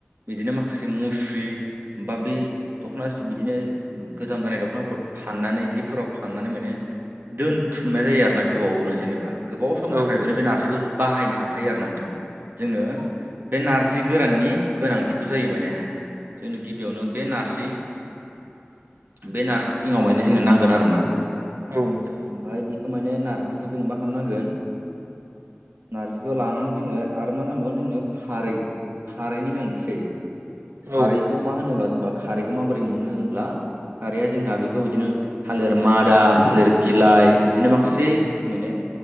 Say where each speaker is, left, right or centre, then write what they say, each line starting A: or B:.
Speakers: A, on the right; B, on the right.
A: बिदिनो माखासे मुस्रि बा बि दख'ना बिदिनो गोजाम जानाय दख'नाफोराव फाननानै जिफोराव फाननानै माने दोनथुमनाय जायो आरोना गोबावावनो जेनेबा। गोबाव सम
B: औ
A: थाखायबो
B: नोंथां
A: बे नारजिखौ बाहायनो हाखायो आरोना नोंथां। जोंङो
B: औ
A: बे नारजि गोराननि गोनांथिखौ जायो माने जोंनो गिबियावनो बे नारजि बे नारजि जिङाव माने जोंनो नांगोन आरोना।
B: औ नोंथां औ
A: ओमफाय बेखौ माने नारजिखौ जोङो मा खामनांगोन नार्जिखौ लानानै जोङो आरो मा नांबावगोन जोंनो खारै खारैनि गोनांथि जायो।
B: औ नोंथां औ नोंथां औ
A: खारैखौ मा होनोब्ला जोंबा खारैखौ माबोरै मोनो होनोब्ला खारैया जोंहा बेखौ इदिनो थालिर मादा थालिर बिलाइ बिदिनो माखासे बुस्थु माने